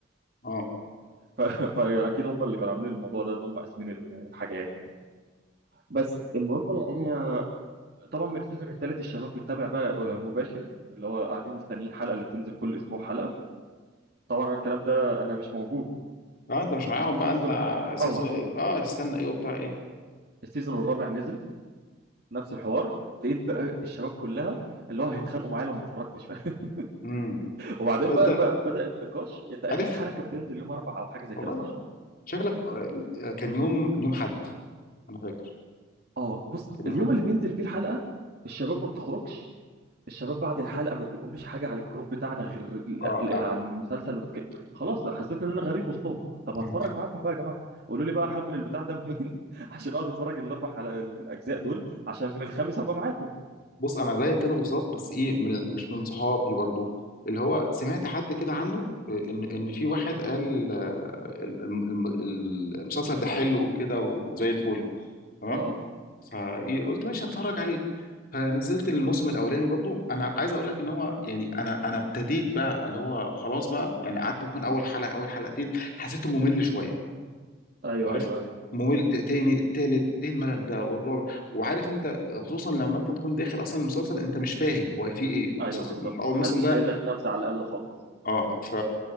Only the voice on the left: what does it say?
اه
اه انت مش معاهم
بقى انت سيزون
اه تستنى ايه وبتاع ايه
امم
فانت
عارف
والله
شكلك آه، كان يوم كان يوم حد انا فاكر
كان يوم
حد
اه اه
مم.
بص انا زيك كده بالظبط بس ايه من مش من صحابي برضو اللي هو سمعت حد كده عنه آه، ان ان في واحد قال آه، الم- الم- المسلسل ده حلو وكده وزي الفل تمام
فايه قلت ماشي هتفرج عليه فنزلت الموسم الاولاني برضو انا عايز اقول لك ان هو يعني انا انا ابتديت بقى اللي هو خلاص بقى يعني قعدت ممكن اول حلقه اول حلقتين حسيته ممل شويه
عارف
ممل ت- تاني التالت ايه الملل ده والرابع وعارف انت خصوصا لما انت تكون داخل اصلا المسلسل انت مش فاهم هو فيه ايه
هو أساساً
من اول
موسم ده
اه ف